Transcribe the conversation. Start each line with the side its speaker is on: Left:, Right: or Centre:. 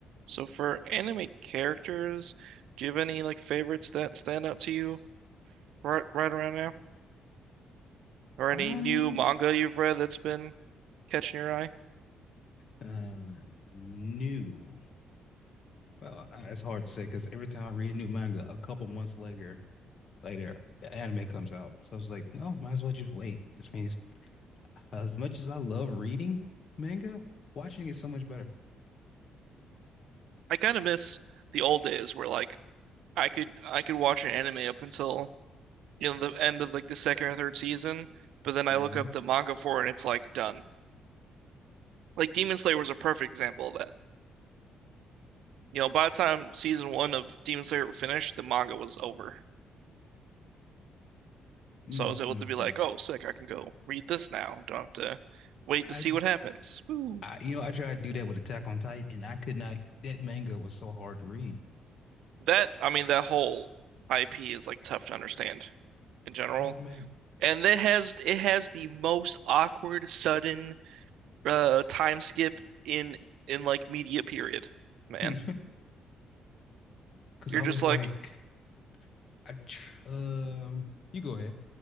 Right: So for anime characters, do you have any like favorites that stand out to you right right around now? Or
Left: Um,
Right: any new manga you've read that's been catching your eye?
Left: uh, new. Well, uh, it's hard to say because every time I read a new manga, a couple months later, later, the anime comes out. So I was like, well, might as well just wait. This means as much as I love reading manga, watching is so much better.
Right: I kind of miss the old days where like I could I could watch an anime up until you know the end of like the second or third season, but then I
Left: hmm
Right: look up the manga for it and it's like done. Like Demon Slayer was a perfect example of that. You know, by the time season one of Demon Slayer finished, the manga was over.
Left: mm
Right: So I was able
Left: Mm-hmm.
Right: to be like, oh, sick, I can go read this now. Don't have to wait
Left: I,
Right: to see what happens. Woo.
Left: I, you know, I tried to do that with Attack on Titan, and I could not. That manga was so hard to read.
Right: That, I mean, that whole IP is like tough to understand in general.
Left: That manga,
Right: And it has it has the most awkward sudden uh time skip in in like media period,
Left: <laughs>
Right: man.
Left: because
Right: You're
Left: I was
Right: just like
Left: like, I, tr um, you go ahead.